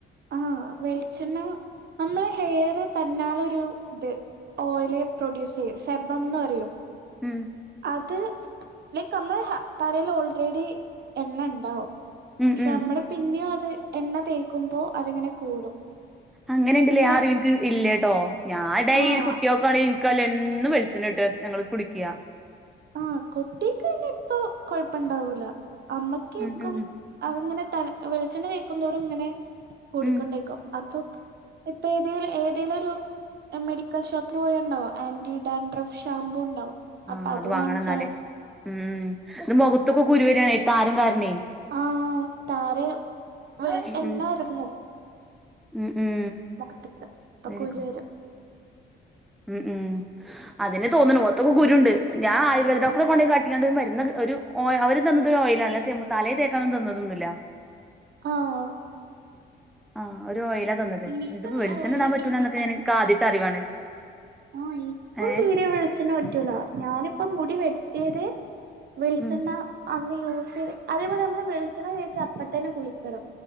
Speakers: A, on the right; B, in the centre.
A: ആഹ വെളിച്ചെണ്ണ നമ്മള് ഹെയർ തന്നാലൊരു ഇത് ഓയില് പ്രൊഡ്യൂസ് ചെയ്യും സെബം എന്ന് പറയും.
B: മം
A: അത് ലൈക്ക് നമ്മള് തലയിൽ ഓൾറെഡി എണ്ണ ഉണ്ടാവും.
B: ഉം
A: പക്ഷെ
B: ഉം
A: നമ്മള് പിന്നെയും അത് എണ്ണ തേക്കുമ്പോ അതിങ്ങനെ കൂടും
B: അങ്ങനെണ്ടല്ലേ
A: ഇങ്ങനെ
B: ആ അറിവ്എനിക്ക് ഇല്ലട്ടോ ഞാൻ ടൈ
A: ആഹ്
B: കുട്ടിയക്കൊ കളി നിക്കാല് എന്നും വെളിചണ്ണട്ട ഞങ്ങള് കുളിക്കുക.
A: ആഹ കുട്ടിക്ക്ന്നെ ഇപ്പൊ കൊഴപ്പ ണ്ടാവൂല അമ്മക്ക് ആയിരിക്കും.
B: ഉം
A: അതിങ്ങനെ ത വെളിച്ചെണ്ണ തേക്കുംന്തോറും ഇങ്ങനെ കൂടിക്കൊണ്ടേക്കും.
B: ഉം
A: അപ്പൊ ഇപ്പൊ ഏതേലും ഏതെലൊരു മെഡിക്കൽ ഷോപ്പിൽ പോയണ്ടാവ ആന്റി ഡാൻഡ്രഫ് ഷാംമ്പൂ ഉണ്ടാവും
B: ആഹ്
A: അപ്പൊ
B: അത് വാങ്ങണം
A: വാങ്ങിച്ചാ
B: എന്നാല്
A: മതി
B: ഉം ഉ ഇത് മുഖത്തൊക്കെ കുരു വരയാണ് താരം കാരണേ
A: ആഹ താരെ
B: ഉം
A: വെള് എണ്ണയിറങ്ങും
B: ഉം ഉം ഉം
A: മുഖത്തിക്ക്
B: അതായിരിക്കും
A: അപ്പൊകുരു വരും
B: ഉം ഉം അതനെ തോന്നുന്നു മുഖത്തൊക്കെ കുരുണ്ട് ഞാൻ ആയുർവേദ ഡോക്ടറെ
A: ഉം
B: കൊണ്ടയി കാട്ടി മരുന്ന ഒരുഓ അവര് തന്നത് ഒരു ഓയിലാല്ല തലേ തേക്കാനന്നും തന്നതൊന്നുമില്ല.
A: ആഹ
B: ആ ഒരു ഓയില തന്നത്
A: എനിക്ക്
B: ഇതിപ്പോ വെളിച്ചണ്
A: ഓയില്
B: ഇടാൻ പറ്റുല്ല
A: തീരെ
B: എന്നൊക്കെ എനിക്ക് ആദ്യത്തെ അറിവാണ്.
A: ആ ഇപ്പം
B: ഏഹ്
A: തി ച്ചെണ്ണ പറ്റൂല ഞാനിപ്പം മുടി വെട്ടിയത് വെളിച്ചെണ്ണ
B: ഉം
A: അന്ന് യൂസ് ചെയ്ത് അതേപോലെ മ്മള് വെളിച്ചെണ്ണ തേച്ചപ്പത്തന്നെ കുളിക്കണം